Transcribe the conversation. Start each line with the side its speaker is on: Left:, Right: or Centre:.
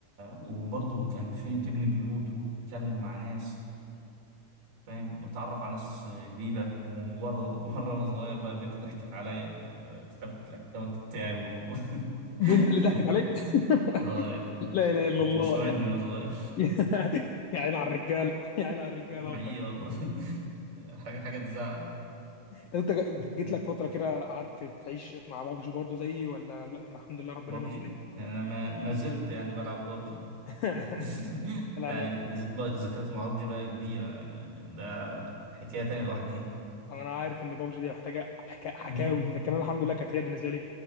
Right: وبرضه كان في تبني بيوت وتتكلم مع ناس فاهم وتتعرف على ناس جديدة وبرضه <laughs> مرة أنا صغير بقى البنت ضحكت عليا ودخلت الأكونت بتاعي و...
Left: بنت
Right: <laughs>
Left: اللي ضحكت عليك <laughs>
Right: آه
Left: لا اله الا
Right: كنت
Left: الله
Right: نسوانجي
Left: يا
Right: وأنا صغير
Left: <laughs> يا عيني على الرجاله يا عيني على الرجاله
Right: <laughs> حقيقي
Left: والله
Right: والله <laughs> حاجة حاجة تزعل
Left: طب انت ج-
Right: <laughs>
Left: جيت لك فتره كده قعدت تعيش مع بابجي برضو زيي ولا لا الحمد لله ربنا
Right: بابجي
Left: من عليك
Right: يعني انا ما ما زلت يعني بلعب بابجي
Left: <laughs>
Right: <laughs>
Left: لا
Right: يعني
Left: انا
Right: ز- ذكريات مع بابجي بقى كبيرة يعني ده حكاية تانية لوحديها
Left: انا عارف ان بابجي دي محتاجه حكا... حكاوي
Right: <laughs>
Left: لكن انا الحمد لله كانت هي بالنسبه لي